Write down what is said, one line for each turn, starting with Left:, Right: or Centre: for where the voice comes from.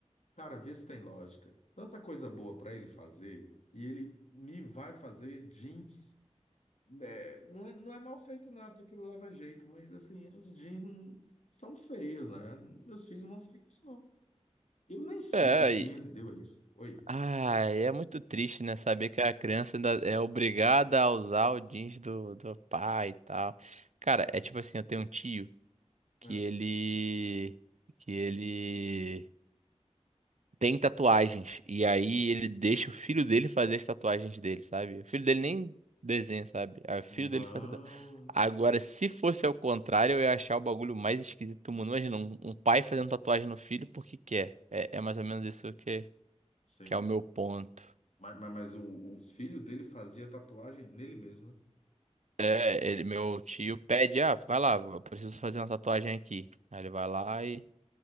Left: Cara, vê se tem lógica. Tanta coisa boa pra ele fazer e ele me vai fazer jeans. É, não é, não é mal feito nada, aquilo leva jeito, mas assim, as jeans não- são feias, né? Meus filhos não saem com isso, não. Eu nem sei
Right: É,
Left: que fim
Right: e...
Left: ele deu a isso. Oi.
Right: Ai, é muito triste, né? Saber que a criança ainda é obrigada a usar o jeans do, do pai e tal. Cara, é tipo assim, eu tenho um tio que
Left: É.
Right: ele. Que ele tem tatuagens. E aí ele deixa o filho dele fazer as tatuagens dele, sabe? O filho dele nem desenha, sabe? Aí O filho
Left: Mano,
Right: dele faz tatuagem. Agora, se fosse ao contrário, eu ia achar o bagulho mais esquisito do mundo. Imagina, um, um pai fazendo tatuagem no filho porque quer. É, é mais ou menos isso que,
Left: sim.
Right: que é o meu ponto.
Left: Mas, mas, mas o, o filho dele fazia tatuagem nele mesmo, né?
Right: É, ele, meu tio pede, ah, vai lá, eu preciso fazer uma tatuagem aqui. Aí ele vai lá e